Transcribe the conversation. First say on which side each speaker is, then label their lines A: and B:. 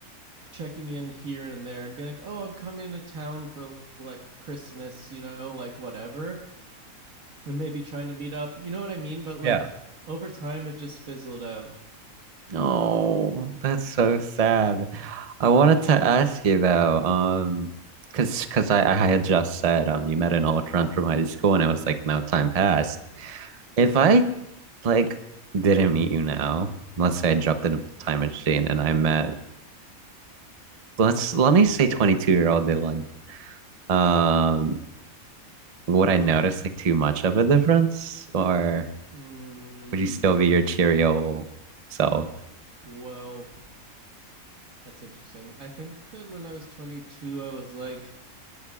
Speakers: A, on the right; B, on the right.
A: checking in here and there and being like, "Oh, I'm coming to town for like Christmas, you know, like whatever." and maybe trying to meet up. You know what I mean? But like
B: Yeah.
A: over time, it just fizzled out.
B: No, that's so sad. I wanted to ask you though, um, because because I I had just said um you met an old friend from high school and I was like no time passed. If I like didn't meet you now, let's say I jumped in a time machine and I met let's let me say 22 year old Dylan. Um, would I notice like too much of a difference or
A: Mm,
B: would you still be your cheery old self?
A: well, that's interesting. I think that when I was 22, I was like